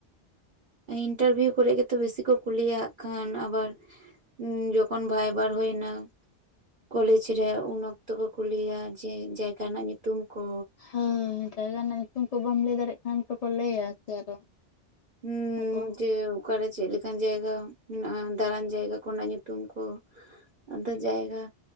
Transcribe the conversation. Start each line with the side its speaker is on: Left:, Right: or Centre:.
Right: ᱤᱱᱴᱟᱨᱵᱷᱤᱭᱩ ᱠᱚᱨᱮ ᱜᱮᱛᱚ ᱵᱮᱥᱤ ᱠᱚ ᱠᱩᱞᱤᱭᱟ ᱦᱟᱸᱜ ᱠᱷᱟᱱ ᱟᱵᱟᱨ ᱦᱩᱸ, ᱡᱚᱠᱷᱚᱱ ᱵᱷᱟᱭᱵᱟᱨ ᱦᱩᱭᱱᱟ ᱠᱚᱞᱮᱡᱽ ᱨᱮᱭᱟᱜ ᱩᱱ ᱚᱠᱛᱚ ᱠᱚ ᱠᱩᱞᱤᱭᱟ ᱡᱮ ᱡᱟᱭᱜᱟ ᱨᱮᱱᱟᱜ ᱧᱩᱛᱩᱢ ᱠᱚ᱾
Left: ᱦᱳᱭ, ᱡᱟᱭᱜᱟ ᱨᱮᱱᱟᱜ ᱧᱩᱛᱩᱢ ᱠᱚ ᱵᱟᱢ ᱞᱟᱹᱭ ᱫᱟᱲᱮᱭᱟᱜ ᱠᱷᱟᱱ ᱛᱚᱠᱚ ᱞᱟᱹᱭᱟ ᱡᱮ ᱟᱨᱚ
Right: ᱦᱩᱸ
Left: ᱟᱠᱚ
Right: ᱡᱮᱣ᱾ ᱚᱠᱟᱨᱮ ᱪᱮᱫ ᱞᱮᱠᱟᱱ ᱡᱟᱭᱜᱟ ᱢᱮᱱᱟᱜᱼᱟ, ᱫᱟᱬᱟᱱ ᱡᱟᱭᱜᱟ ᱠᱚ ᱨᱮᱱᱟᱜ ᱧᱩᱛᱩᱢ ᱠᱚ᱾ ᱟᱫᱚ ᱡᱟᱭᱜᱟ,